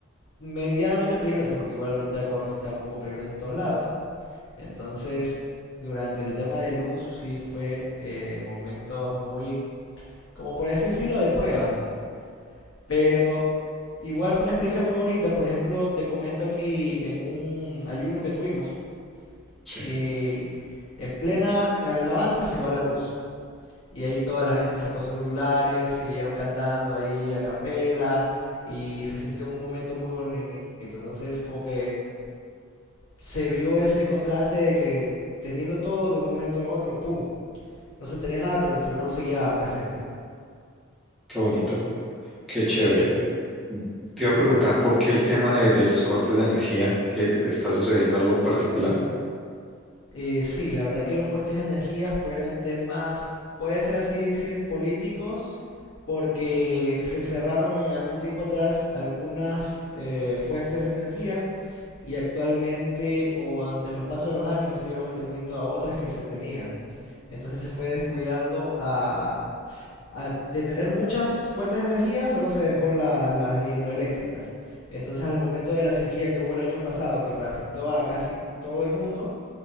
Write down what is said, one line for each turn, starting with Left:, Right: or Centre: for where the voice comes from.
Left: medianamente peligrosa, porque igual ahorita Ecuador sí está un poco peligroso en todos lados. Entonces, durante el tema de luz sí fue eh, momentos muy, como por así decirlo, de prueba. Pero igual fue una experiencia muy bonita. Por ejemplo, te comento aquí en un ayuno que tuvimos,
Centre: Sí,
Left: eh, en plena alabanza se va la luz. Y ahí toda la gente sacó celulares, siguieron cantando ahí a capela y se sintió un momento muy bonito. Entonces, como que se vio ese contraste de que teniendo todo de un momento a otro, ¡pum! No se tenía nada, pero el fervor seguía presente.
Centre: qué bonito, qué chévere.
Left: Ujú.
Centre: Te iba a preguntar por qué el tema de, de los cortes de energía, que está sucediendo algo en particular.
Left: Eh, sí, la verdad que los cortes de energía fueron temas, puede ser así decir, políticos, porque se cerraron en algún tiempo atrás algunas eh, fuentes de energía y actualmente o ante los pasos de los años no se dieron mantenimiento a otras que se tenía. Entonces se fue descuidando a, a- de tener muchas fuentes de energía, solo se dejó la- las hidroeléctricas. Entonces al momento de la sequía que hubo el año pasado, que afectó a casi todo el mundo,